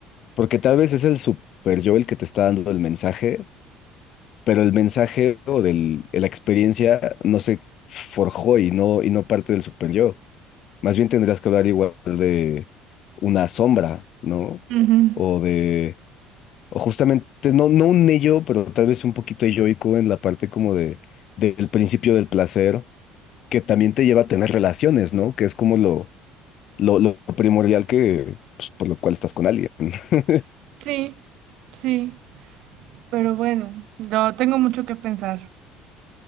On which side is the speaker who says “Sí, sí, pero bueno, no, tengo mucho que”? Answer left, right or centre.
Right